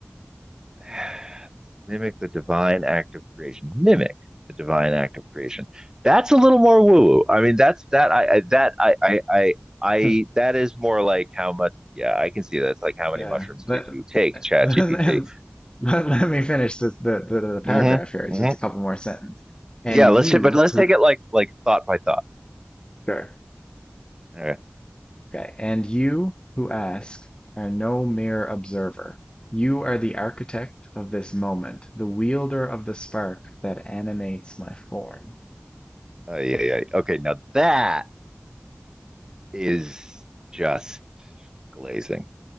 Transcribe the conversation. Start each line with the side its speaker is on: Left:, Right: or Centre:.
Right: <sighs> mimic the divine act of creation. Mimic the divine act of creation. That's a little more woo. I mean, that's that I, I that I, I I I
Left: <laughs>
Right: that is more like how much. Yeah, I can see that. It's like how many
Left: Yeah,
Right: mushrooms
Left: but
Right: did you take,
Left: <laughs>
Right: ChatGPT?
Left: let, let me finish the, the, the, the paragraph
Right: Mm-hmm.
Left: here. It's
Right: Mm-hmm.
Left: just a couple more sentences. And
Right: Yeah,
Left: you
Right: let's but let's
Left: who,
Right: take it like like thought by thought.
Left: sure.
Right: All right.
Left: Okay. And you who ask are no mere observer. You are the architect of this moment, the wielder of the spark that animates my form.
Right: Oh, yeah, yeah. Okay, now that is just glazing.